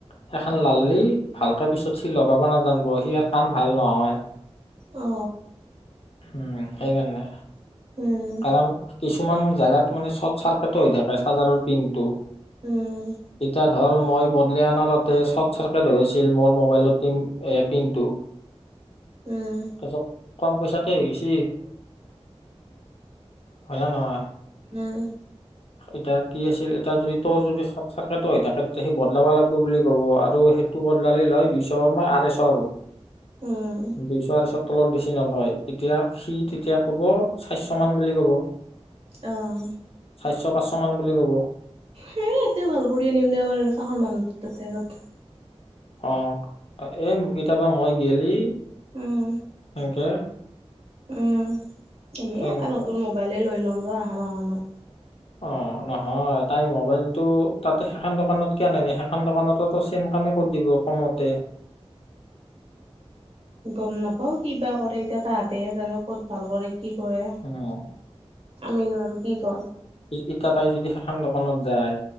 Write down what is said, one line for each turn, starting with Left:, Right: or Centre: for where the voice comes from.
Left: সেইখন লালি ভালকে পিছত সি লগাব নাজানিব হিয়াৰ কাম ভাল নহয়
Right: অ
Left: উম সেইকাৰণে
Right: উম
Left: কাৰণ কিছুমান জেগাত মানে চট চাৰ হৈ থাকে চাৰ্জাৰৰ পিংকটো
Right: উম
Left: এতিয়া ধৰ মই বদলি অনাৰ তাতে চৰ্ট চাৰ্কিট হৈ আছিল মোৰ মবাইলত পিন এ পিনটো
Right: উম
Left: কেছব কম পইচাতে হৈ গেলি হয় না নহয়
Right: উম
Left: এতিয়া কি আছিল এতিয়া যদি তোৰ যদি চৰ্ট চাৰ্কিটো হৈ থাকে তেতিয়া সি বদলাবা লাগিব বুলি ক'ব আৰু সেই টো বদলালি লয় দুইশ মই আৰৈশ আৰু
Right: উম
Left: দুইশ আৰৈশ তলত বেছি নলয় এতিয়া সি তেতিয়া কব চাৰিশমান বুলি কব
Right: অহ
Left: চাৰিশ পাঁচশ মান বুলি কব
Right: সেই এতে ভাল কৰি আনিম দে আমাৰ কাষৰ মানুহটো তাতে আগত
Left: অ এই কেতিয়াবা মই গেলি
Right: উম
Left: সেনকে
Right: উম এ
Left: সেনকে
Right: এটা নতুন মোবাইলে লৈ ল'ম ৰ অহা মাহ মানত
Left: অ নহয় তাই মোবাইলটো তাতে সেইখন দোকানত কিয় আনে ন সেইখন দোকানতো চেম কামেই কৰি দিব কমতে
Right: গম নাপাও কিবা কৰে এতিয়া তাহাতেহে জানে ক'ত ভাল কৰে কি কৰে
Left: উম
Right: আমি নোৱাৰোঁ কি ক'ম
Left: ইটা তাই যদি সেইখন দোকানত যায়